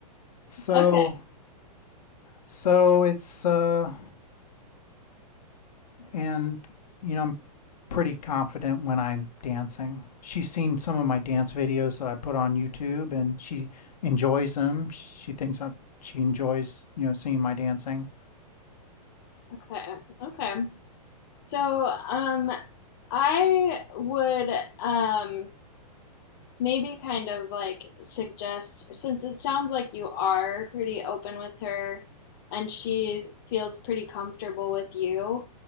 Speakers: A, on the left; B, on the left.
A: So
B: Okay,
A: so it's uh and you know I'm pretty confident when I'm dancing. She's seen some of my dance videos that I put on YouTube and she enjoys them. She thinks I she enjoys, you know, seeing my dancing.
B: okay, okay. So, um, I would um maybe kind of like suggest since it sounds like you are pretty open with her and she feels pretty comfortable with you,